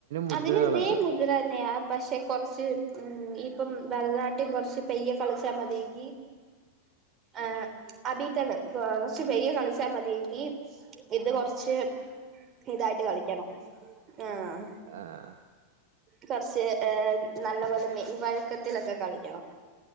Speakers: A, on the right; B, on the right.
A: മുദ്രകളൊക്കെ
B: അതിന് ഇതേ മുദ്ര
A: ഉണ്ടോ
B: തന്നെയ പക്ഷെ കുറച്ച് ഉം ഇപ്പം ഭരതനാട്യം കുറച്ച് പെയ്യെ കളിച്ചാൽ മതിയെങ്കി ആ അതിത്തനം കൊറച്ച് പയ്യെ കളിച്ചാൽ മതിയെങ്കി ഇത് കൊറച്ച് ഇതായിട്ട് കളിക്കണം ആഹ്
A: ആഹ്
B: കുറച്ച് ഏ നല്ല പോലെ മെയ് വഴക്കത്തിലൊക്കെ കളിക്കണം